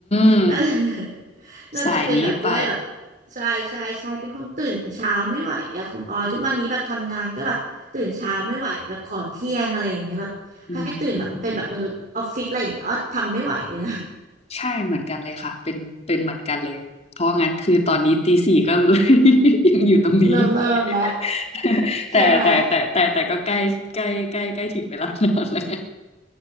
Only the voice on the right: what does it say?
<laughs> น่า <laughs> น่าจะเป็นแบบด้วยแบบ
ใช่ใช่ใช่เป็นคนตื่นเช้าไม่ไหวอะคุณออยทุกวันนี้แบบทำงานก็แบบตื่นเช้าไม่ไหวแบบขอเที่ยงอะไรอย่างเงี้ยแบบให้ตื่นแบบเป็นแบบมนุษย์ออฟฟิศอะไรอย่างเงี้ยอ้อทำไม่ไหวเลยนะ
เริ่มเริ่มแล้ว
ใช่ไหม